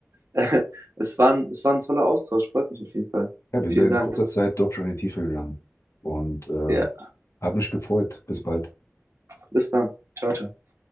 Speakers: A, on the right (about 65°); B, on the left (about 70°).
A: <laughs> es war ein, es war ein toller Austausch. Freut mich auf jeden Fall.
B: ja, wir
A: Vielen
B: sind da in
A: Dank.
B: kurzer Zeit doch schon in die Tiefe gegangen und äh,
A: Ja,
B: hat mich gefreut. Bis bald.
A: bis dann. Ciao, ciao.